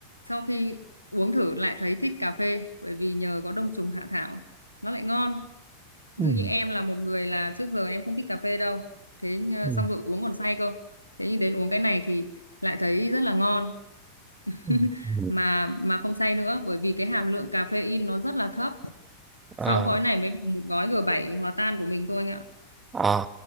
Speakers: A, on the left; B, on the right.
A: sau khi uống thử lại thấy thích cà phê bởi vì nhờ có đông trùng hạ thảo nó lại ngon. ví
B: ừ,
A: dụ như em là một người là trước giờ em không thích cà phê đâu thế ờ,
B: ừ,
A: xong rồi uống còn say cơ thế nhưng đến uống cái này thì lại thấy rất là ngon <laughs>
B: ừ, ừ.
A: mà mà không say nữa bởi vì cái hàm lượng caffeine nó rất là thấp
B: Ờ,
A: sáu gói này mới bằng một gói g bảy hòa tan của mình thôi anh ạ
B: ờ.